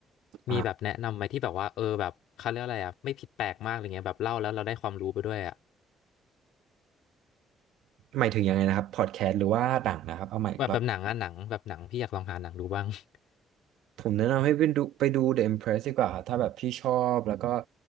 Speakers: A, on the right; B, on the left.
A: อ่า
B: มีแบบแนะนำไหมที่แบบว่าเออแบบเขาเรียกอะไรอะไม่ผิดแปลกมากอะไรเงี้ยแบบเล่าแล้วเราได้ความรู้ไปด้วยอะ
A: หมายถึงยังไงนะครับพอดแคสต์หรือว่าหนังนะครับเอาใหม่อีกรอบ
B: แบบแบบหนังอะหนังแบบหนังพี่อยากลองหาหนังดูบ้าง <laughs>
A: ผมแนะนำให้ไปดูไปดู The Empress ดีกว่าครับถ้าแบบพี่ชอบแล้วก็